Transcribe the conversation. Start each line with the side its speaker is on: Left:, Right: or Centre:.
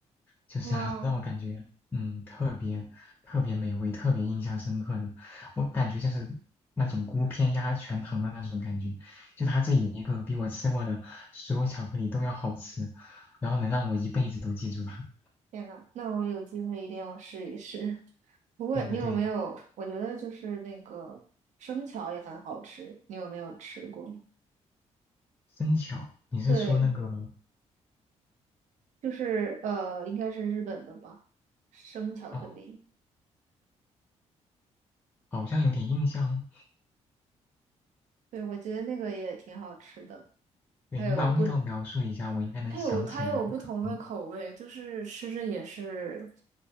Left: 就是让我感觉嗯特别特别美味、
Right: 哇哦，
Left: 特别印象深刻的。我感觉就是那种孤篇压全糖的那种感觉，就它这一个比我吃过的所有巧克力都要好吃，然后能让我一辈子都记住它。
Right: 天呐，那我有机会一定要试一试。不过你有没有？
Left: 对的，对的，
Right: 我觉得就是那个生巧也很好吃，你有没有吃过？
Left: 生巧，你是说那个
Right: 对，就是呃，应该是日本的吧，生巧克力。
Left: 哦，好像有点印象哦。
Right: 对，我觉得那个也挺好吃的。
Left: 对，
Right: 还有不
Left: 你把味道描述一下，我应该能想起来。
Right: 它有它有不同的口味，
Left: 我可能
Right: 就是吃着也是